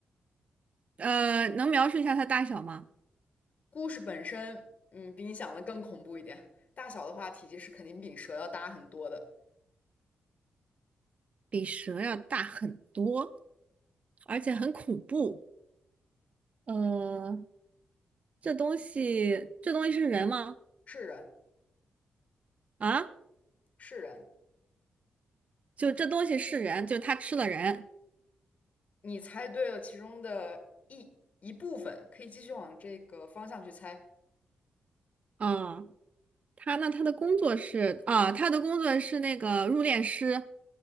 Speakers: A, on the right; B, on the left.
A: 呃，能描述一下它大小吗？
B: 故事本身，嗯，比你想的更恐怖一点。大小的话，体积是肯定比蛇要大很多的。
A: 比蛇要大很多，而且很恐怖。呃，这东西，这东西是人吗？
B: 是人，
A: 啊？
B: 是人，
A: 就这东西是人，就他吃了人。
B: 你猜对了其中的一一部分，可以继续往这个方向去猜。
A: 啊，他那他的工作是啊，他的工作是那个入殓师、